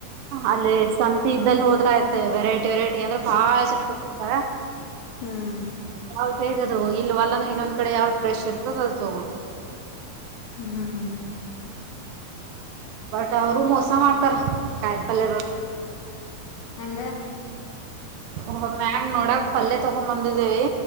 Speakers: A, on the right (about 75°); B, on the left (about 70°).
A: ಅಲ್ಲಿ ಸಂತ ಇದ್ದಲ್ಲಿ ಹೋದ್ರ ಆತ ವೆರೈಟಿ ವೆರೈಟಿ ಅಂದ್ರೆ ಬಾಳ ಚನ ಕೊಡ್ತಿರ್ತಾರ
B: ಹ್ಮ್
A: ಯ ಹೇಗದು ಇಲ್ವಲ್ಲ ಅಂದ್ರೆ ಇನ್ನೊಂದ ಕಡೆ ಯಾವ ಫ್ರೆಶ್ ಇರ್ತದ ಅದು ತಗೋು
B: ಹ್ಮ್
A: ಬಟ್ ಅವರು ಮೋಸ ಮಾಡ್ತಾರ ಕಾಯ ಪಲ್ಯರು
B: ಹಂಗ
A: ಹ ಮ್ಯಾಗ್ ನೋಡಕ್ ಪಲ್ಲೆ ತಗೊಂಡ್ ಬಂದಿದ್ದೇವಿ